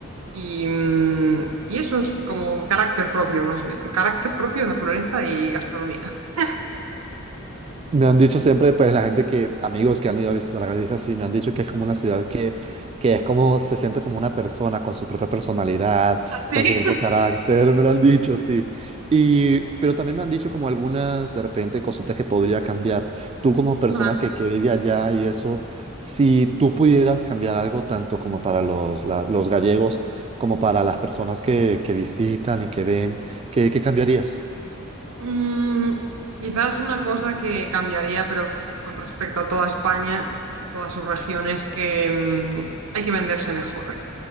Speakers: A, on the right; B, on the right.
A: y, mm, y eso es como carácter propio, más bien, carácter propio, naturaleza y gastronomía. <laughs>
B: Me han dicho siempre, pues la gente que, amigos que han ido a visitar Galicia, sí, me han dicho que es como una ciudad que, que es como, se siente como una persona con su propia personalidad,
A: ¿Así?
B: con su propio carácter, me lo han dicho, sí. Y, pero también me han dicho como algunas, de repente, cositas que podría cambiar. Tú como persona
A: Ajá.
B: que, que vive allá y eso, si tú pudieras cambiar algo tanto como para los, la- los gallegos, como para las personas que, que visitan y que ven, ¿qué, qué cambiarías?
A: Mm, quizás una cosa que cambiaría, pero con respecto a toda España, todas sus regiones, que mm, hay que venderse mejor.